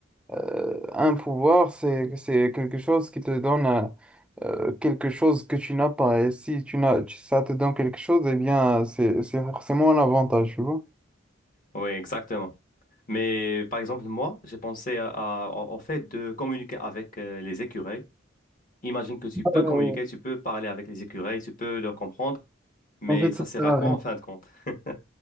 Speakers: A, in the centre; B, on the left (about 45°).
A: euh, un pouvoir, c'est, c'est quelque chose qui te donne euh, euh, quelque chose que tu n'as pas. Et si tu n'as, tu- ça te donne quelque chose, eh bien, c'est, c'est forcément un avantage, tu vois.
B: Oui, exactement. Mais par exemple, moi, j'ai pensé à, à- au au fait de communiquer avec euh, les écureuils. Imagine que tu peux
A: Ouais,
B: communiquer,
A: ouais.
B: tu peux parler avec les écureuils, tu peux leur comprendre. Mais
A: En fait,
B: ça
A: ça
B: sert
A: sert
B: à
A: à
B: quoi
A: rien.
B: en fin de compte? <laughs>